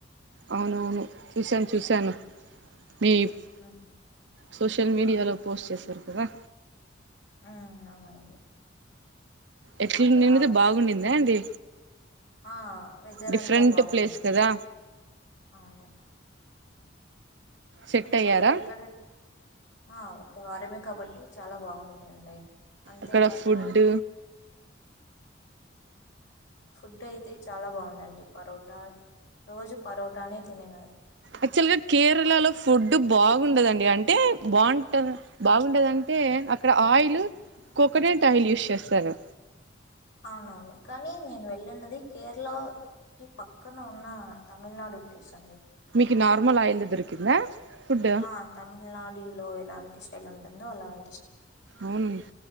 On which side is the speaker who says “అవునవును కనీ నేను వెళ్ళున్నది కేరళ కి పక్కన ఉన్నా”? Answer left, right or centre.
Left